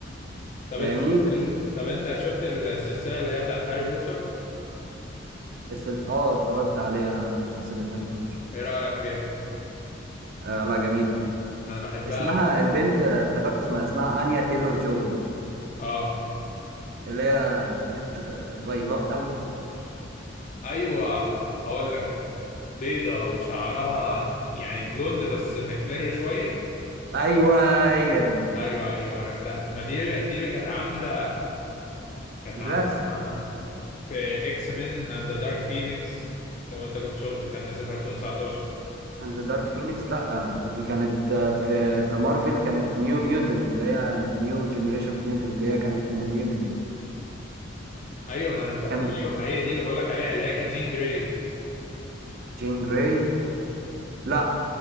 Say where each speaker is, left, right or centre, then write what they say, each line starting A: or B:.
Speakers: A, on the left; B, on the right.
A: طب
B: فاهمني
A: انت شفت
B: بس
A: ال... طب انت شفت السلسله اللي هي بتاعت هاري بوتر
B: بس ال- اه اتفرجت عليها سلسلة هاري بوتر
A: ايه رايك فيها
B: آه لا جميلة
A: انا بحبها
B: اسمها
A: قوي
B: البنت آه، افتكرت اسمها اسمها انيا تيلور جوي
A: اه
B: اللي هي بنت آه، بيضاء قوي
A: ايوه هقول لك بيضه وشعرها يعني بلوند بس محمر شويه
B: ايوه هي دي
A: ايوه ايوه عرفتها ما دي اللي... دي اللي كانت عامله كانت
B: جلاس
A: عامله بعدها في اكس مين اند ذا دارك فينيكس لو انت كنت شفته كان نازل في 2019
B: اند ذا دارك فينيكس لا دي كانت آه، في في مارفل كانت نيو ميوتنت اللي هي نيو جنريشن ميوتنت هي كانت من الميوتنت
A: ايوه ما انا ف... ما
B: كانت
A: ايوه ما هي دي اللي بقول لك عليها اللي هي كانت جين جراي
B: جين جراي لا